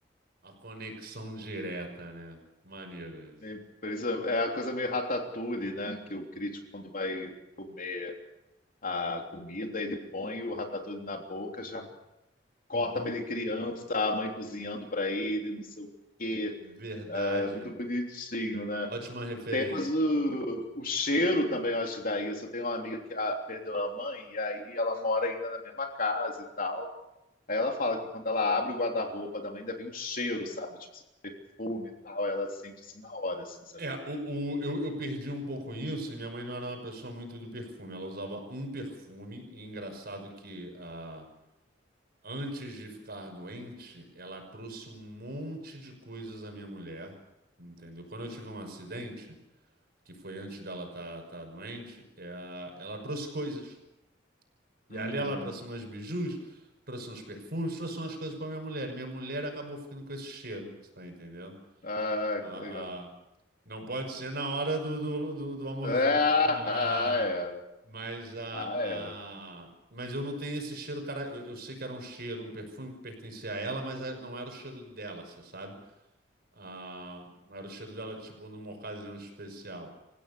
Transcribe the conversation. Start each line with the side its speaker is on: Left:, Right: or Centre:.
Right: a conexão direta, né? Maneiro isso.
Left: E Por isso é a coisa meio ratatouille, né? Que o crítico, quando vai comer a comida, ele põe o ratatouille na boca, já corta
Right: Bum,
Left: para ele criança, a mãe cozinhando para ele, não sei o quê.
Right: hum, verdade.
Left: É muito bonitinho, né?
Right: Ótima referência.
Left: Tem a coisa do o cheiro também, eu acho que dá isso. Eu tenho uma amiga que a- perdeu a mãe, e aí ela mora ainda na mesma casa e tal. Aí ela fala que quando ela abre o guarda-roupa da mãe, ainda vem o cheiro, sabe? Tipo, esse perfume e tal. Ela sente assim na hora, assim, sabe?
Right: É, o, o- eu, eu perdi um pouco isso e minha mãe não era uma pessoa muito do perfume. Ela usava um perfume, e engraçado que a Antes de ficar doente, ela trouxe um monte de coisas à minha mulher, entendeu? Quando eu tive um acidente, que foi antes dela estar tá, tá doente, é ela trouxe coisas. E
Left: Hum.
Right: ali ela trouxe umas bijus, trouxe uns perfumes, trouxe umas coisas para minha mulher. E minha mulher acabou ficando com esse cheiro, você tá entendendo?
Left: Ah,
Right: A,
Left: que legal.
Right: não pode ser na hora do, do, do, do amorzinho.
Left: Ah,
Right: Ah, ah,
Left: é.
Right: ah, ah. Mas, a,
Left: Ah,
Right: a...
Left: é.
Right: mas eu não tenho esse cheiro, cara. Eu, eu sei que era um cheiro, um perfume que pertencia a ela, mas é- não era o cheiro dela, você sabe? Ah, era o cheiro dela, tipo, numa ocasião especial.